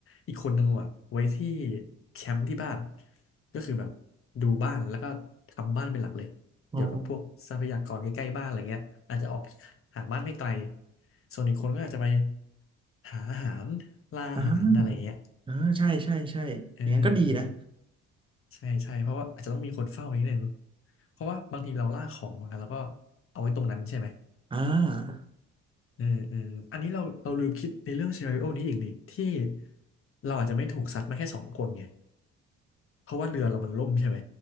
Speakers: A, on the left; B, on the right.
A: อีกคนหนึ่งอะไว้ที่แคมป์ที่บ้านก็คือแบบดูบ้านแล้วก็ทำบ้านเป็นหลักเลยเกี่ยวกับพวกทรัพยากรใกล้ๆบ้านอะไรเงี้ยอาจจะออก
B: อ๋อ
A: หาบ้านไม่ไกลส่วนอีกคนก็อาจจะไปหาอาหารล่าอาหารอะไรเงี้ย
B: อ่า อ่าใช่ใช่ใช่อย่างนั้นก็ดีนะ
A: เออเออใช่ใช่เพราะว่าอาจจะต้องมีคนเฝ้านิดนึงเพราะว่าบางทีเราล่าของมาแล้วก็เอาไว้ตรงนั้นใช่ไหม
B: อ่า
A: อืมอืมอันนี้เราเราลืมคิดในเรื่องซีนาริโอนี้อีกนี่ที่เราอาจจะไม่ถูกซัดมาแค่สองคนไงเพราะว่าเรือเรามันล่มใช่ไหม